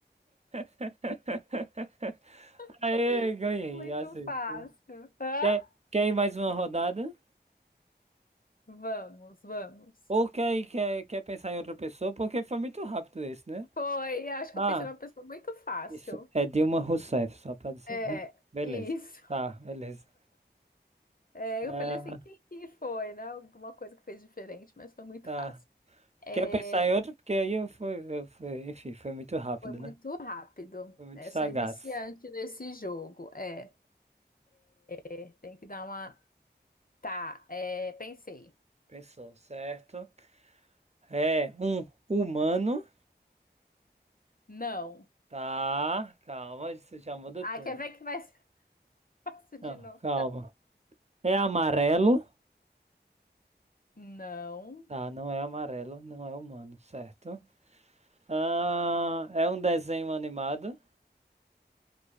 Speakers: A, on the right (about 40°); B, on the left (about 55°).
A: <laughs>
B: <laughs>
A: Aê, ganhei.
B: Muito
A: Assim.
B: fácil. Hã?
A: Quer, quer ir mais uma rodada?
B: Vamos, vamos.
A: Ou quer, quer, quer pensar em outra pessoa, porque foi muito rápido esse, né?
B: Foi, acho que
A: Ah,
B: eu pensei numa pessoa muito fácil.
A: isso. É Dilma Rousseff, só pra dizer,
B: É,
A: né? Beleza.
B: isso.
A: Tá, beleza.
B: É,
A: Ah,
B: eu falei assim, quem que foi, né? Alguma coisa que fez diferente, mas foi muito
A: tá.
B: fácil. É,
A: Quer pensar em outro? Porque aí eu fui, eu fui, enfim, foi muito rápido,
B: foi muito
A: né?
B: rápido,
A: Foi muito
B: né?
A: sagaz.
B: Sou iniciante nesse jogo. É, é, tem que dar uma Tá, é, pensei.
A: Pensou, certo? É um humano.
B: Não.
A: Tá, calma, isso já muda
B: Ah,
A: tudo.
B: quer ver que vai ser <laughs> fácil de
A: Não,
B: novo?
A: calma. É amarelo.
B: Não,
A: Tá, não é amarelo, não é humano, certo? Ah, é um desenho animado.